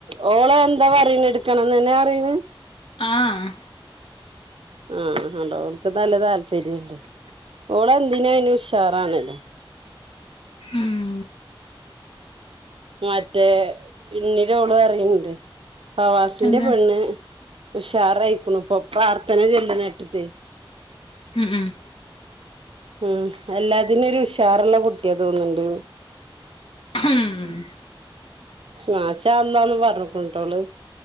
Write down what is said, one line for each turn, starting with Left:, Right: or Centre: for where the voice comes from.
Right: ഓള് എന്താ പറിണ്. ഇട്ക്കണം ന്നെന്നേ പറിണ്
Left: ആഹ്
Right: ആഹ കണ്ടോ, ഓൾക്ക് നല്ല താല്പര്യണ്ട്. ഓൾ എന്തിനും അയ്നുഷാറാണല്ലോ
Left: ഉം
Right: മറ്റേ ഇണ്ണി ലോള് പറയണ്ട് ഫവാസിന്റെ
Left: എന്ത്
Right: പെണ്ണ് ഉഷാറായിക്കണു പ്പം പ്രാർത്ഥന ചെല്ലുന്ന കേട്ടിട്ട്
Left: ഉമ് ഉമ്
Right: ഉമ് എല്ലാത്തിനും ഒരു ഉഷാറുള്ള കുട്ടിയാ തോന്നുൻണ്ട്
Left: ഉം
Right: മാശ അള്ളാന്ന്പറഞ്ഞക്കണ്ട്ടോ അവള്